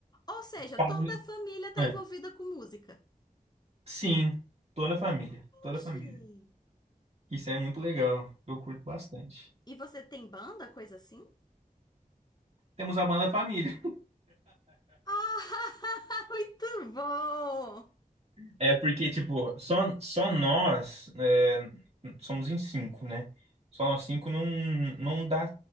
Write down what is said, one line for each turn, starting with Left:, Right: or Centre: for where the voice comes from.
Left: ou seja,
Right: Família.
Left: toda a família tá
Right: É.
Left: envolvida com música.
Right: Sim, toda a família, toda
Left: Gente.
Right: a família. Isso é muito legal, eu curto bastante.
Left: E você tem banda, coisa assim?
Right: Temos a banda Família.
Left: Ah, <laughs> muito bom!
Right: É porque, tipo, só, só nós é, somos em cinco, né? Só nós cinco não, não dá